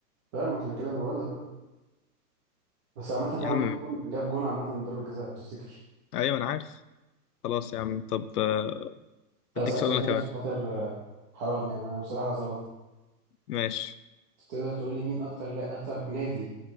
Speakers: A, on the right (about 20°); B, on the left (about 65°).
A: فاهم عشان كده انا بقول لك بقى بس عامة
B: يا
A: هو
B: عم
A: جاب جون جاب جون عامة من ضربة جزاء لو تفتكر
B: ايوه انا عارف خلاص يا عم طب آه،
A: طب
B: اديك
A: اسألك
B: سؤال
A: سؤال
B: انا
A: تاني
B: كمان
A: عشان خاطر آه، حرام يعني انا بصراحة ظلمت
B: ماشي
A: تقدر تقول لي مين اكتر لا اكتر نادي